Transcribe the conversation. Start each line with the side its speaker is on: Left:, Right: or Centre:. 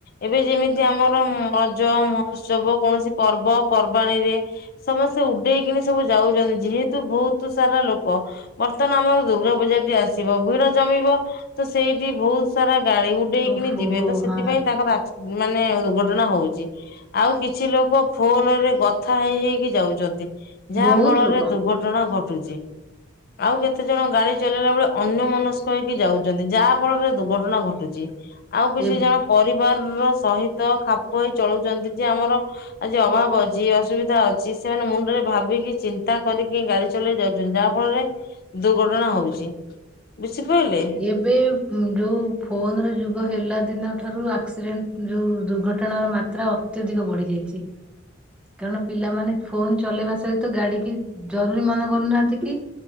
Left: ଏବେ ଯେମିତି ଆମର ରଜ ମହୋତ୍ସବ କୌଣସି ପର୍ବ ପର୍ବାଣିରେ ସମସ୍ତେ ଉଡେଇକିନି ସବୁ ଯାଉଛନ୍ତି ଯେହେତୁ ବହୁତ ସାରା ଲୋକ। ବର୍ତ୍ତମାନ ଆମର ଦୁର୍ଗା ପୂଜାଟି ଆସିବ ଭିଡ ଜମିବ ତ ସେଇଠି ବହୁତ ସାରା ଗାଡି ଉଡେଇକିନି
Centre: ଓହୋ
Left: ଯିବେ ତ ସେଥିପାଇଁ
Centre: ହଁ
Left: ତାଙ୍କର ମାନେ ଦୁର୍ଘଟଣା ହଉଛି। ଆଉ କିଛି ଲୋକ ଫୋନ୍ ରେ କଥା ହେଇ ହେଇକି ଯାଉଛନ୍ତି। ଯାହା
Centre: ବହୁତ
Left: ଫଳରେ
Centre: ଲୋକ
Left: ଦୁର୍ଘଟଣା ଘଟୁଛି ଆଉ କେତେ ଜଣ ଗାଡି ଚଲି ଚଳେଇଲା ବେଳେ ଅନ୍ୟ ମନସ୍କ ହେଇକି ଯାଉଛନ୍ତି ଯାହା ଫଳରେ ଦୁର୍ଘଟଣା ଘଟୁଛି। ଆଉ କିଛି
Centre: ଏ
Left: ଜଣ ପରିବାର ର ସହିତ ଖାପ ହେଇ ଚଳୁଛନ୍ତି ଯେ ଆମର ଆଜି ଅଭାବ ଅଛି ଅସୁବିଧା ଅଛି ସେମାନେ ମୁଣ୍ଡରେ ଭାବିକି ଚିନ୍ତା କରିକି ଗାଡି ଚଲେଇ ଯାଉଛନ୍ତି ଯାହା ଫଳରେ ଦୁର୍ଘଟଣା ହଉଛି ବୁଝିପାଇଲେ।
Centre: ଏବେ ଯୋଉ ଫୋନର ଯୁଗ ହେଲା ଦିନଠାରୁ ଆକ୍ସିଡେଣ୍ଟ ଯୋଉ ଦୁର୍ଘଟଣାର ମା ଯାତ୍ରା ଅତ୍ୟଧିକ ବଢିଯାଇଚି। କାରଣ ପିଲାମାନେ ଫୋନ୍ ଚଲେଇବା ସହିତ ଗାଡି କି ଜରୁରୀ ମନେ କରୁନାହାନ୍ତି କି।